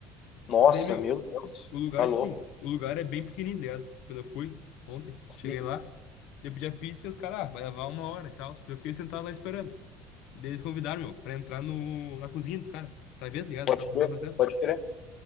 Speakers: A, on the left; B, on the left.
A: Nossa,
B: E daí, meu,
A: meu Deus.
B: o lugar,
A: Tá louco.
B: tipo assim, o lugar é bem pequenininho, tá ligado? Quando eu fui ontem, cheguei
A: Sim,
B: lá, daí eu pedi a pizza e os caras, ah, vai levar uma hora e tal. Daí eu fiquei sentado lá esperando. Daí eles convidaram, meu, pra entrar no, na cozinha dos caras, pra ver, tá ligado?
A: pode
B: Pra comprar
A: crer,
B: o processo.
A: pode crer.